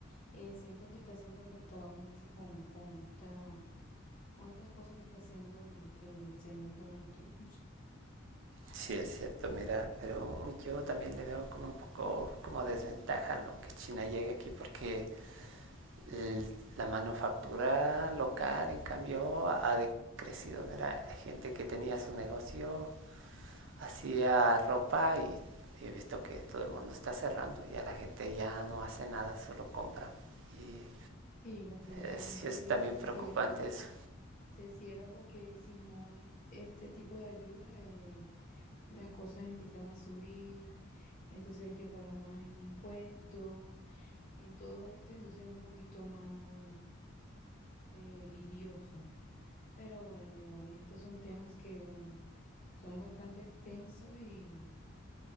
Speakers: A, on the left (about 40°); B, on the right (about 60°).
A: Eh, siento que está siendo afectado mucho con, con esta, con estas cosas que está haciendo el, el señor Donald Trump.
B: sí es cierto, mira, pero yo también le veo como un poco como desventaja, ¿no? Que China llegue aquí porque el- la manufactura local, en cambio, ha decrecido, mira, hay gente que tenía su negocio hacía ropa y y he visto que todo el mundo está cerrando, ya la gente ya no hace nada, solo compra. Y
A: Sí, lastimosamente
B: es, sí es también
A: se
B: preocupante
A: cierra,
B: eso.
A: se cierra porque si no hay este tipo de ayuda, eh, las cosas empiezan a subir, entonces hay que pagar más en impuestos, en todo esto, entonces es un poquito más eh, lidioso. Pero bueno, Giovanni, estos son temas que, bueno, son bastante extensos y